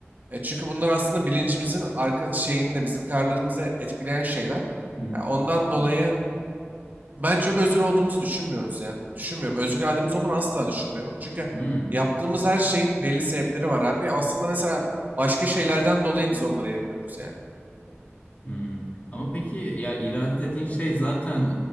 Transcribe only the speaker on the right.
E, çünkü bunlar aslında bilincimizin arka şeyinde bizim kararlarımızı etkileyen şeyler.
Ya ondan dolayı ben çok özgür olduğumuzu düşünmüyoruz ya. Düşünmüyorum. Özgür irademiz olduğunu asla düşünmüyorum. Çünkü
yaptığımız her şeyin belli sebepleri var abi. Aslında mesela başka şeylerden dolayı biz onları yapıyoruz yani.